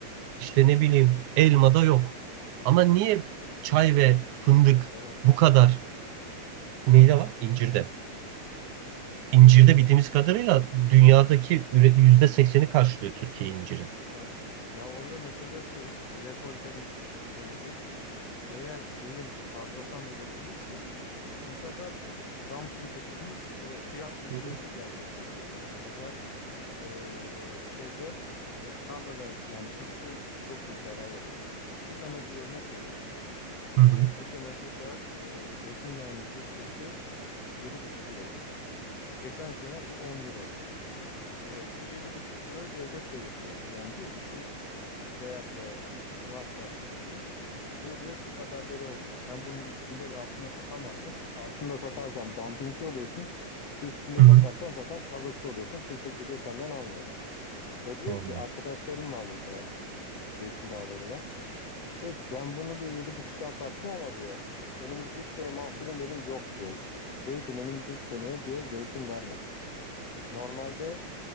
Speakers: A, on the right (about 80°); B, on the left (about 55°).
A: İşte ne bileyim elmada yok. Ama niye çay
B: İncirde.
A: ve fındık
B: İncirde var mesela.
A: bu kadar neyde var? İncirde.
B: İncirde.
A: İncirde
B: İncir bu.
A: bildiğimiz kadarıyla dünyadaki üre- yüzde sekseni karşılıyor Türkiye inciri.
B: Tabii. Ya orada mesele şu. Rekolte m- sebebi eğer ürün fazladan üretilirse bu sefer e, dumping dediğimiz e, fiyat düşmesi
A: Hı hı.
B: gerçekleşecek. Bu sefer e, şeyde e, tarlada yani çiftçiye çok büyük zarar olacak. Ki sana bir örnek vereyim.
A: Hı hı.
B: E, bu sene burada e, zeytinyağının litresi yedi buçuk eurodu. Geçen sene bu 10 euroydu. E, bu yedi buçuk euroyu devlet belirliyor. Yani diyor ki şu değerde varsa asitliği bu diyor şu kadar lira olacak. Sen bunun üstünde de altında satamazsın. Altında satarsan dumpingçi oluyorsun. Üstünde
A: Hı
B: satarsan
A: hı.
B: zaten kazıkçı oluyorsun. Kimse geliyor senden almıyor. Ve diyor
A: Vallahi.
B: ki arkadaşlarım var burada zeytin bağları olan. Diyor ki ben bunu diyor yedi buçuktan sattım ama diyor önümüzdeki sene mahsulüm benim yok diyor. Z- Zeytin önümüzdeki seneye diyor zeytin vermedi. Normalde